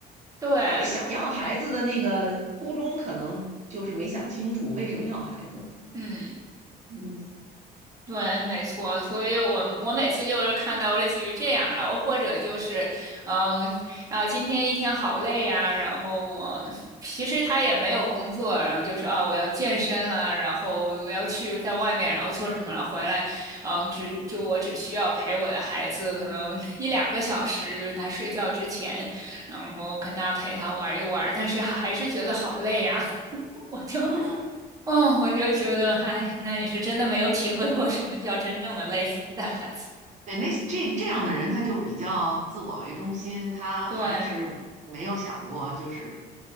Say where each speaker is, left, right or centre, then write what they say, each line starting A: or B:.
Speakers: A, on the right; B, on the right.
A: 对，
B: 他们想要孩子的那个初衷，可能就是没想清楚为什么要孩子。
A: 嗯。
B: 嗯。
A: 对，没错，所以我我每次就是看到类似于这样，然后或者就是，嗯，啊，今天一天好累呀、然后我其实他也没有工作，然后就是啊，我要健身啊，然后我要去在外面，然后做什么，然后回来，嗯，只就我只需要陪我的孩子可能一两个小时，就是他睡觉之前，然后跟他陪他玩一玩，但是还还是觉得好累啊，<laughs> 我就
B: 嗯。
A: <laughs> 哦，我就觉得，哎，那你是真的没有体会过什么叫真正的累，<laughs> 带孩子。
B: 对，那这这样的人，他就比较自我为中心，他还是没有想过就是
A: 对，